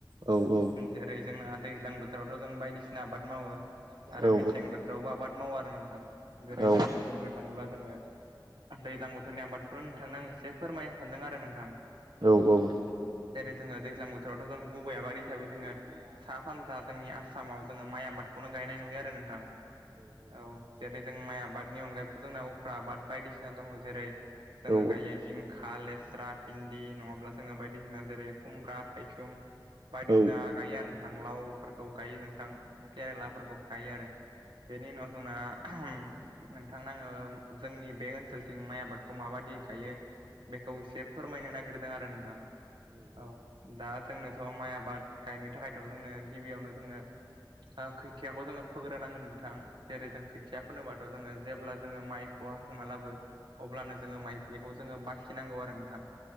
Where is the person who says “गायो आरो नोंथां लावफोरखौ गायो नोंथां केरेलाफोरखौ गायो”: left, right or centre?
Right